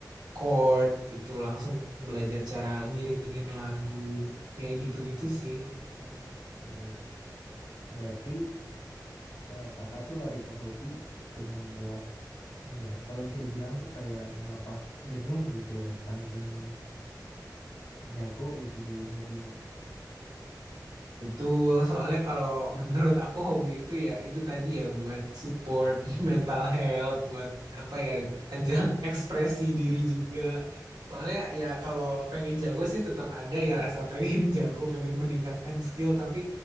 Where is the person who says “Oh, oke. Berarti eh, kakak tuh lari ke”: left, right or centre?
Left